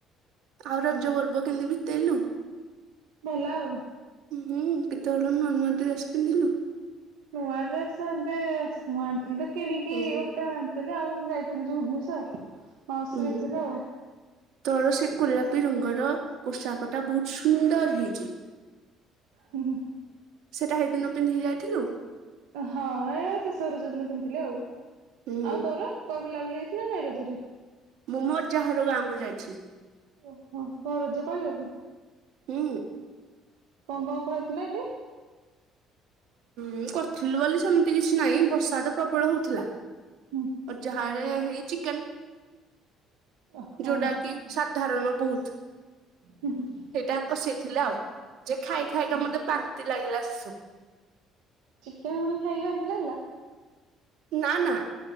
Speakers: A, on the right; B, on the right.
A: ଆଉ ରଜ
B: ହଁ
A: ପର୍ବ କେମିତି ବିତେଇଲୁ?
B: ଭଲ ଆଉ।
A: ହୁଁ ହୁ କେତେହଳ ନୂଆ ନୂଆ ଡ୍ରେସ ପିନ୍ଧିଲୁ?
B: ନୂଆ ଡ୍ରେସ ଏବେ ମୁଁ ଆଣିଥିଲି ତ କିଣିକି
A: ହୁଁ।
B: ଗୋଟେ ହଳ ହେ ଆଉ ମୁଁ ଯାଇଥିଲି ଯେ ଭୁବନେଶ୍ଵର ମାଉସୀରେ
A: ଉଁ
B: ଦେଇ ଥିଲେ ଆଉ
A: ତୋର ସେ ଗୋଲାପି ରଙ୍ଗର ପୋଷାକ ଟା ବହୁତ ସୁନ୍ଦର ହେଇଛି।
B: ହୁଁ ହୁଁ
A: ସେଟା ହେଇ ଦିନ ପିନ୍ଧି ହେଇ ଯାଇଥିଲୁ?
B: ହଁ ଏୟା ଶେଷରେଜ ଦିନ ପିନ୍ଧିଥିଲି ଆଉ
A: ହୁଁ
B: ଆଉ ତୋର କୁଆ ବୁଲାବୁଲି ନା ନା ଏ ରଜରେ
A: ମୁଁ ମୋ ଅଜାଘର ଗାଁକୁ ଯାଇଛି।
B: ଓହୋ କଣ ରଜ ପାଳିବାକୁ?
A: ହୁଁ
B: କଣ କଣ କହିଥିଲେ ଏଠି?
A: ଉଁ କରିଥିଲୁ ବୋଲି ସେମିତି କିଛି ନାଇଁ। ବର୍ଷାତ ପ୍ରବଳ ହୋଉଥିଲା।
B: ହୁଁ
A: ଅଜା ଘରେ ହେଇ ଚିକେନ୍
B: ଓହୋ
A: ଯୋଉଟା କି ସାଧାରଣ ବହୁତ୍
B: ହୁଁ ହୁଁ।
A: ସେଇଟା କଷେଇଥିଲା ଆଉ। ଯେ ଖାଇ ଖାଇକା ମୋତେ ବାନ୍ତି ଲାଗିଲା ସେସୁ।
B: ଚିକେନ୍ ପୁଣି ଖାଇକି ବାନ୍ତି ଲାଗିଲା?
A: ନା ନା।